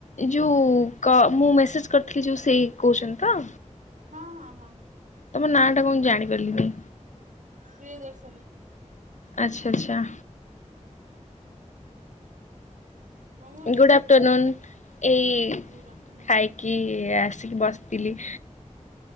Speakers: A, on the left (about 70°); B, on the right (about 85°).
A: ଏ ଯୋଉ କ ମୁଁ ମେସେଜ କରିଥିଲି ଯୋଉ ସେଇ କହୁଛନ୍ତି ତ?
B: ହଁ ହଁ ହଁ।
A: ତମ ନାଁ ଟା କଣ, ମୁଁ ଜାଣି ପାରିଲିନି।
B: ପ୍ରିୟଦର୍ଶନୀ।
A: ଆଚ୍ଛା ଆଚ୍ଛା।
B: କଣ କରୁଛ?
A: ଗୁଡ ଆଫ୍ଟରନୁନ ଏଇ
B: ଗୁଡ୍ ଆଫ୍ଟରନୁନ୍
A: ଖାଇକି ଆସିକି ବସିଥିଲି।